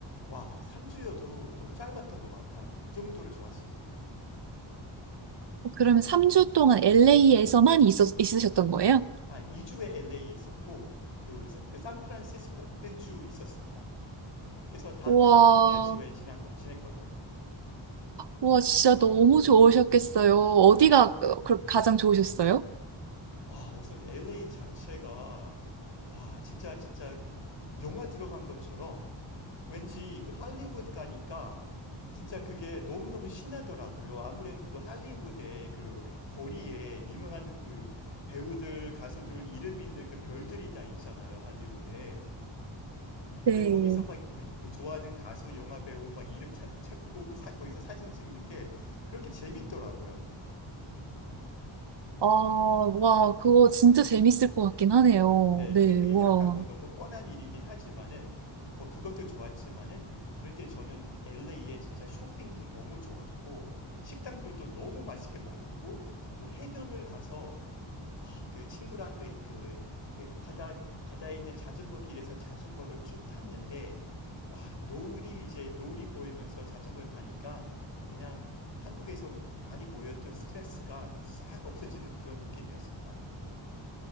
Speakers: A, on the left (about 60°); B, on the right (about 55°).
A: 와, 3주여도 너무 짧았던 것 같아요. 그 정도로 좋았습니다.
B: 그러면 3주 동안 LA에서만 있었, 있으셨던 거예요?
A: 아, 2주에 LA에 있었고 그, 사- 그 샌프란시스코 1주 있었습니다. 그래서 다
B: 와,
A: 캘리포니아 주에 지난 거, 지낸 거죠.
B: 와, 진짜 너무 좋으셨겠어요. 어디가
A: 어,
B: 그- 가장 좋으셨어요?
A: 아, 우선 LA 자체가 와, 진짜 진짜 영화 들어간 것처럼 왠지 그 할리우드 가니까 진짜 그게 너무너무 신나더라고요. 아무래도 그 할리우드의 그 거리에 유명한 그 배우들, 가수들 이름 있는 그 별들이 다 있잖아요, 할리우드에.
B: 네.
A: 근데 거기서 막그 그 좋아하는 가수, 영화 배우 막 이름 찾, 찾고 사- 거기서 사진 찍는 게 그렇게 재밌더라고요.
B: 아, 와, 그거 진짜 재밌을 것 같긴 하네요.
A: 네,
B: 네,
A: 근데 그게
B: 와.
A: 약간 뭐 너무 뻔한 일이긴 하지만은 뭐 그것도 좋았지만은 그런데 저는 LA에 진짜 쇼핑도 너무 좋았고 식당들도 너무 맛있게 먹었고 또 해변을 가서 아, 그 친구랑 그, 그, 그 바다, 바다에 있는 자전거 길에서 자전거를 쭉 탔는데 와, 노을이 이제 노을이 보이면서 자전거를 타니까 그냥 한국에서 많이 모였던 스트레스가 싹 없어지는 그런 느낌이었습니다.